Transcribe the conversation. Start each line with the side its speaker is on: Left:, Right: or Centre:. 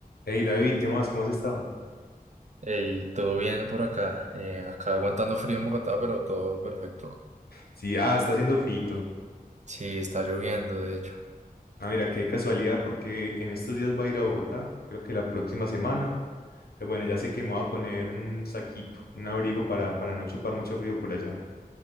Left: Hey David, ¿qué más? ¿Cómo has estado?
Right: y todo bien por acá. eh, acá aguantando frío en Bogotá, pero todo perfecto.
Left: Sí, ah, está haciendo frito.
Right: Sí, está lloviendo, de hecho.
Left: Ah, mira, qué casualidad, porque en estos días voy a ir a Bogotá, creo que la próxima semana. Entonces, bueno, ya sé que me voy a poner un saquito, un abrigo para, para no chupar mucho frío por allá.